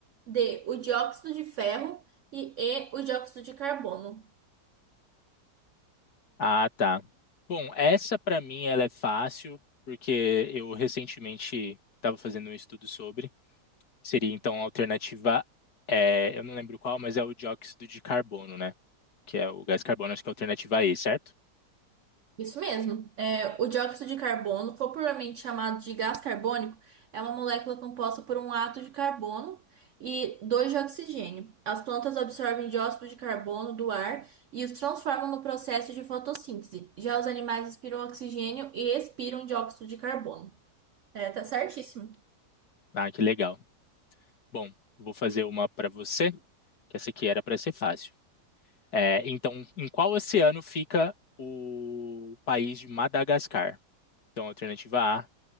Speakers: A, on the right; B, on the left.
A: D. O dióxido de ferro. E E. O dióxido de carbono.
B: Ah, tá. Bom, essa para mim ela é fácil, porque eu recentemente estava fazendo um estudo sobre. que Seria então a alternativa, é, eu não lembro qual, mas é o dióxido de carbono, né? Que é o gás carbono, acho que é a alternativa E, certo?
A: Isso mesmo. É, o dióxido de carbono, popularmente chamado de gás carbônico, é uma molécula composta por um átomo de carbono e dois de oxigênio. As plantas absorvem dióxido de carbono do ar e os transformam no processo de fotossíntese. Já os animais inspiram oxigênio e expiram dióxido de carbono. É, tá certíssimo.
B: Ah, que legal. Bom, vou fazer uma para você, que essa aqui era para ser fácil. É, então, em qual oceano fica o país de Madagascar? Então, alternativa A,